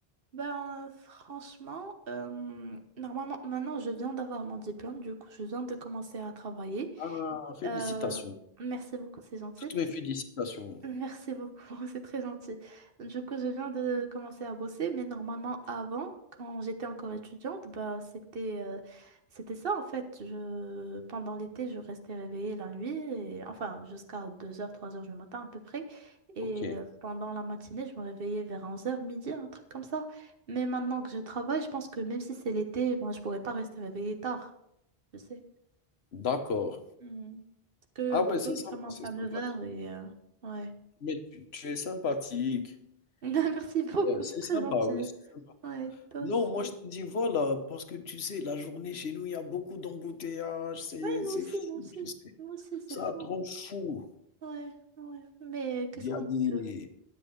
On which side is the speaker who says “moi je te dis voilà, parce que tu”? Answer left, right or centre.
Left